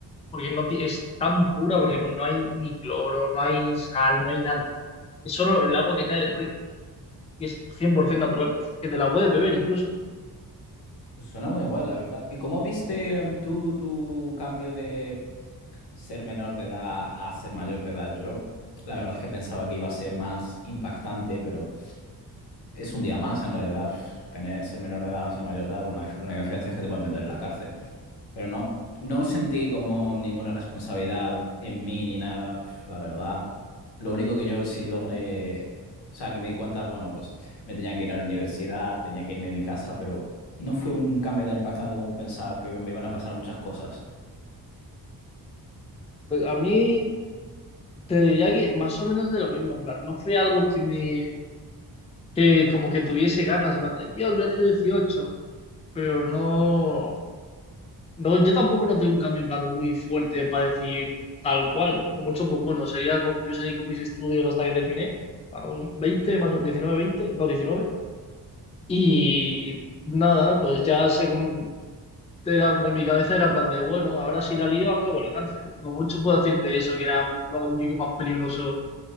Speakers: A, on the left (about 15°); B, on the left (about 70°).
A: porque no ti- es tan pura, porque no, no hay ni cloro, no hay sal, no hay nada. Es solo el agua que cae del río y es 100% natural, que te la puedes beber incluso.
B: pues suena muy guay, la verdad. ¿Y cómo viste em, tú tu cambio de ser menor de edad a ser mayor de edad? Yo, la verdad es que pensaba que iba a ser más impactante, pero es un día más en realidad. Uf, Tener, ser menor de edad o ser mayor de edad, bueno, la dif- la única diferencia es que te pueden meter en la cárcel. Pero no, no sentí como ninguna responsabilidad en mí ni nada, pf, la verdad. Lo único que yo sí logré, o sea, que me di cuenta, bueno, pues me tenía que ir a la universidad, tenía que irme de mi casa, pero no fue un cambio tan impactante como pensaba que me iban a pasar muchas cosas.
A: A mí Te diría que más o menos de lo mismo, en plan, no fue algo que me, que como que tuviese ganas, en plan, de, Dios, voy a tener 18, pero no, no, yo tampoco noté un cambio en plan muy fuerte para decir tal cual, como mucho, pues bueno, sería, con- yo seguí con mis estudios hasta que terminé, a los 20 más o 19, 20, no, 19 y nada, pues ya se, com- era, en mi cabeza era en plan de, bueno, ahora si la lío, acabo en la cárcel, como mucho puedo decirte eso, que era lo único más peligroso